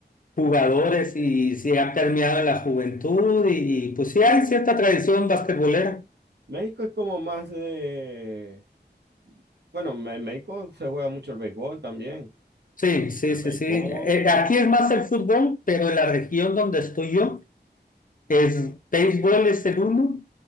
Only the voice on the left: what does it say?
jugadores y se ha permeado en la juventud y, y, pues sí hay cierta tradición basquetbolera.
Sí, sí,
sí,
sí. Eh, aquí es más el fútbol, pero en la región donde estoy yo. Es, béisbol es el uno,